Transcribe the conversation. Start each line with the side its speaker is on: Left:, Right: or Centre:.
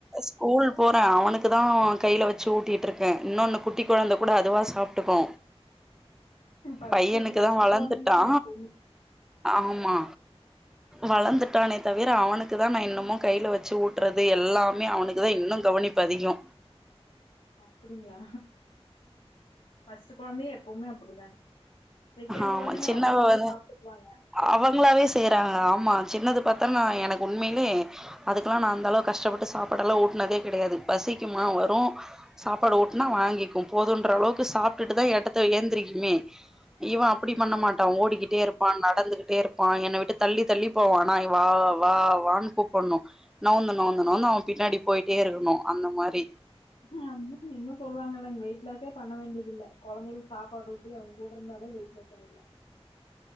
Centre: ஸ்கூல் போறே அவனுக்கு தா கையில வச்சு ஊட்டிட்டு இருக்கே இன்னோன்னு குட்டி கொழந்த கூட அதுவா சாப்ட்டுக்கு
Left: ஃபர்ஸ்ட்
Centre: பையனுக்கு
Left: ஃபர்ஸ்ட்
Centre: தா வளந்துட்டா
Left: கொழந்தைங்கதாங்க எப்பவுமே
Centre: ஆமா வளந்துட்டானே தவிர அவனுக்கு தா நா இன்னமு கையில வச்சு ஊட் றது எல்லாமே அவனுக்கு தா இன்னு கவனிப்பு அதிகோ
Left: அப்புடிங்ளா ஃபஸ்ட்டு கொழந்தயே எப்பவுமே அப்புடி தாங் செகேண்ட்
Centre: ஆமா
Left: கொழந்தைங்க
Centre: சின்னவ
Left: அவுங்களாவே சாப்ட்டுகுவாங்க
Centre: அவங்களாவே செய்யறாங்க ஆமா சின்னது பாத்தன்னா எனக்கு உண்மேலயே அதுக்கல்லா நா அந்தளவு கஷ்டப்பட்டு சாப்பாடல்லா ஊட்னதே கெடையாது பசிக்குமா வரு சாப்பாடு ஊட்னா வாங்கிக்கு போதுன்ற அளவுக்கு சாப்ட்டுட்டு தா எடத்த ஏந்திரிக்குமே இவே அப்பிடி பண்ண
Left: பரவாயில்லைங்க
Centre: மாட்டா ஓடிக்கிட்டே இருப் பா நடந்துகிட்டே இருப்பா என்ன விட்டு தள்ளி தள்ளி போவா நா இ வா வா வான்னு கூப்பண்ணு நவுந்து நவுந்து நவுந்து அவே பின்னாடி போய்ட்டே இருக்கணு அந்த மாரி
Left: அ நம்முக்கு இன்னு சொல்லாங்கல்லங் வெய்ட் லாஸே பண்ண வேண்டிதில்ல கொழந்தைகளுக் சாப்பாடு ஊட்டி அவ்ங்க கூட இருந்தாலே வெய்ட் லாஸ் சாயர்லா